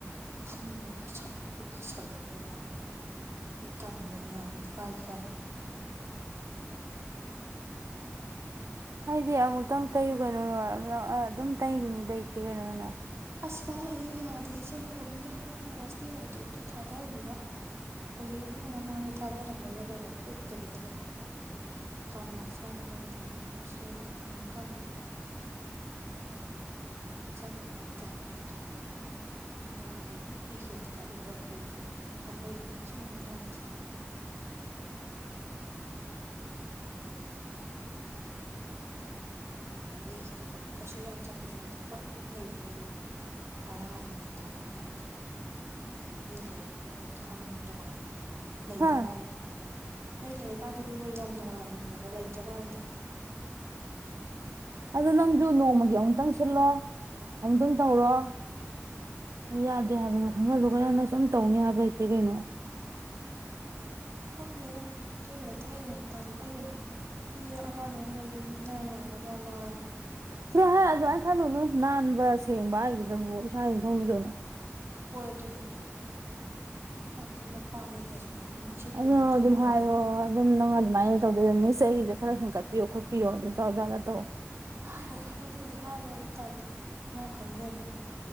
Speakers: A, on the right (about 65°); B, on the right (about 85°).
A: ꯐ ꯄꯁꯂ ꯄꯥꯏꯁꯂ ꯐ ꯑ ꯇꯥꯟꯉ <unintelligible>
B: ꯍꯥꯏꯗꯤ ꯑꯃꯨꯛꯇꯪ ꯇꯩꯌꯨ ꯀꯩꯅꯣꯅꯣ ꯅꯪ ꯑꯗꯨꯝ ꯇꯩꯅꯤ ꯂꯩꯇꯦ ꯀꯩꯅꯣꯅ
A: ꯑꯁ ꯀꯗꯥꯏꯗ ꯌꯥꯗꯦꯁ ꯏꯆꯦ ꯅꯪꯕꯨ ꯍꯟꯖꯥꯡꯕꯁꯤꯇ ꯑꯣꯏꯔ ꯇꯨ ꯇꯨ ꯊꯥꯗꯔꯤꯕ ꯍꯧꯖꯤꯛ ꯑꯗꯨꯝ ꯃꯃꯥꯡꯗ ꯊꯥꯗꯔꯝꯃꯦꯕ ꯀꯩꯅꯣ ꯄꯇꯕꯤꯗ ꯂꯩ ꯇꯥꯟ ꯂꯥꯛꯁꯥꯅ ꯈꯪꯗꯦ ꯃꯤꯁꯣ ꯈꯪꯗꯦ <unintelligible> ꯑꯉꯥꯡꯈꯩ ꯍꯦꯟ ꯀꯠꯂꯒ ꯐ꯭ꯔꯤꯗꯣ ꯑꯩꯈꯣꯏꯒꯤꯅꯁꯨ ꯀꯪꯗꯦ ꯌꯦꯛꯈꯤ ꯑꯗꯨꯝ ꯀꯩꯁꯨ ꯌꯥꯝ ꯆꯠꯄꯁꯨ ꯌꯥꯗꯦ ꯑꯩꯈꯣꯏ ꯑꯗꯨꯝ ꯅꯩꯕꯤꯔꯤ ꯇꯔꯥ ꯍꯦꯟ ꯇꯣꯡꯉꯥ ꯃꯤ ꯂꯩ ꯃꯣꯏꯀꯥꯌꯥꯝ ꯅꯨꯡꯉꯥꯏ ꯂꯩꯇ꯭ꯔꯀꯥꯟꯗ
B: ꯍꯥ
A: ꯑꯩ ꯂꯩꯔꯀꯥꯟꯗꯗꯤ ꯃꯣꯏ ꯌꯥꯝ ꯅꯨꯡꯉꯥꯏꯕꯅꯦ ꯂꯩꯇ꯭ꯔꯀꯥꯟꯗ
B: ꯑꯗꯣ ꯅꯪꯁꯨ ꯅꯣꯡꯃꯒꯤ ꯑꯃꯨꯛꯇꯪ ꯁꯤꯜꯂꯣ ꯑꯃꯨꯛꯇꯪ ꯇꯧꯔꯣ ꯌꯥꯗꯦ ꯍꯥꯏꯕꯗꯣ ꯈꯪꯍꯜꯂꯨꯒ ꯅꯪꯅ ꯁꯨꯝ ꯇꯧꯅꯤ ꯍꯥꯏꯕ ꯂꯩꯇꯦ ꯀꯩꯅꯣ
A: ꯑꯩꯈꯪꯗꯦ ꯑꯗꯨꯏꯔꯗꯤ ꯑꯩ ꯑꯩ ꯑꯦ ꯑꯉꯥꯡꯉ ꯑꯩꯅ ꯂꯩꯁꯦ ꯃꯤꯅꯥꯏ ꯋꯥꯂꯖꯠꯂꯥ
B: ꯁꯤꯗ ꯍꯥꯏ ꯑꯗꯨꯃꯥꯏꯅ ꯈꯜꯂꯨ ꯅꯨ ꯅꯥꯟꯕ ꯁꯦꯡꯕ ꯍꯥꯏꯁꯤꯗꯕꯨ ꯏꯁꯥ ꯏꯊꯧꯅꯤ ꯀꯩꯅꯣ
A: ꯍꯣꯏ ꯑꯗꯨꯕꯨꯗꯤ ꯑꯗꯨ ꯃꯄꯥꯟꯒꯤꯒ ꯁꯨꯝ ꯁꯤꯠꯄꯗ
B: ꯑꯗꯣ
A: ꯇꯣꯏꯃꯜꯜꯂꯤ
B: ꯑꯗꯨꯝ ꯍꯥꯏꯌꯣ ꯑꯗꯨꯝ ꯅꯪ ꯑꯗꯨꯃꯥꯏꯅ ꯇꯧꯗꯣꯏꯔ ꯃꯤꯁꯦ ꯑꯩꯁꯦ ꯈꯔꯦꯟꯒꯀꯠꯄꯤꯣ ꯈꯣꯠꯄꯤꯌꯣ ꯑꯗꯨ ꯇꯧꯔꯖꯥꯗ ꯇꯧꯑꯣ
A: ꯍꯥꯏꯔꯣꯏ ꯑꯗꯨꯕꯨꯗꯤ ꯍꯥꯏꯔꯣꯏ ꯑꯩ ꯃꯥ ꯈꯪꯖꯕꯅꯤ